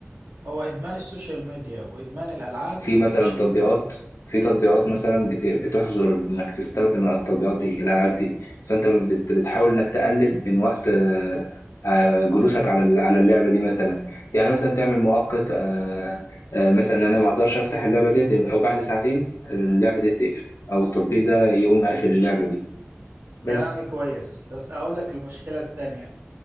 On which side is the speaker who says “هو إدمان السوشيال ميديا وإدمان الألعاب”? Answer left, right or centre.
Right